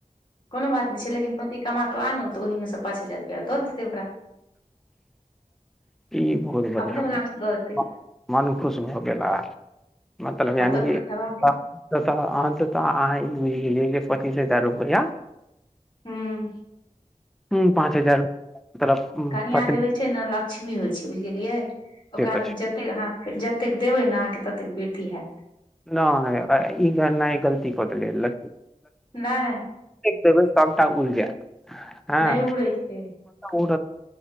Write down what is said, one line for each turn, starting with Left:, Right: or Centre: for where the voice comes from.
Left: कोनो बात नहि छै लेकिन पति कमा आनू तऽ ओहि में सँ पाँच हजार रुपआ दऽ देतै ओकरा
Centre: ई बहुत बढ़िआँ
Left: अपने वला
Centre: बत
Left: मे सँ दऽ देतै
Centre: मन खुश भऽ गेला मतलब यानि
Left: हँ तऽ
Centre: किऽ
Left: खेबाक
Centre: अह त तऽ आ पचीस हजार रुपैए
Left: हूँ
Centre: ह पाँच हजार तरफ
Left: कनिआँ
Centre: पत्नी
Left: जे होइ छै ने लक्ष्मी होइ छै बुझ गेलियै
Centre: दैत
Left: ओकरा
Centre: अछि
Left: लग जतैक अहाँ जतैक देबै ने अहाँ के ततेक वृद्धि हैत
Centre: नहि नहि ईना गलती कऽ देलै ली
Left: नहि
Centre: दे सबटा उल जा हँ
Left: नहि उड़ै छै
Centre: ओ